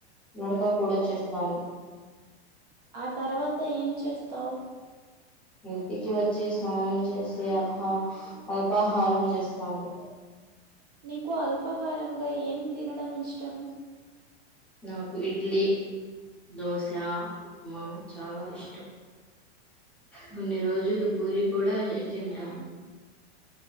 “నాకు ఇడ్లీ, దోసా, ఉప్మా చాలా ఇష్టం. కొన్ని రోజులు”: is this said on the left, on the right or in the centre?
Centre